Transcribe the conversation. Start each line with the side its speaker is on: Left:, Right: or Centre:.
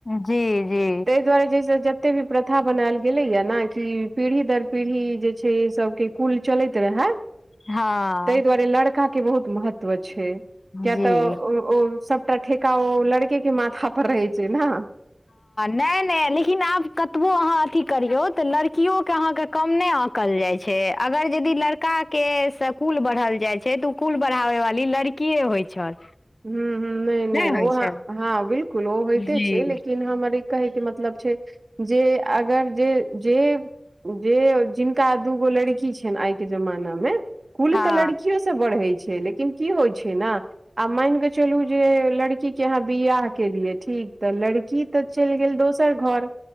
Left: जी जी
Right: ते दुआरे जे जते भी प्रथा बनायल गेलैया ने, कि पीढ़ी दर पीढ़ी जे छै सबके कुल चलैत रहै।
Left: हँ
Right: ताहि दुआरे लड़का के बहुत महत्व छै, कए
Left: जी
Right: तऽ ओ सबटा ठेका ओ लड़के के माथा पर रहै छै न।
Left: नै-नै लेकिन आब कतबो अहाँ अथी करियौ, तऽ लड़कियो के अहाँके कम नहि आँकल जाइ छै, अगर यदि लड़का के से कुल बढ़ल जाइ छै, तऽ ओ कुल बढ़ाबे वाली लड़कीए होइ छल।
Right: हूं - हूं नै-
Left: नहि
Right: नै
Left: होइ
Right: ओ
Left: छै
Right: हँ बिलकुल ओ होइते
Left: जी
Right: छै, लेकिन हमर कहै के मतलब छै जे अगर जे - जे जे जिनका दू गो लड़की छनि आइ के जमाना में कुल
Left: हँ
Right: तऽ लड़कियो स बढ़ै छै, लेकिन की होइ छै न आ माइन के चलू जे लड़की के आहाँ बियाह केलियै ठीक तऽ लड़की तऽ चलि गेल दोसर घर।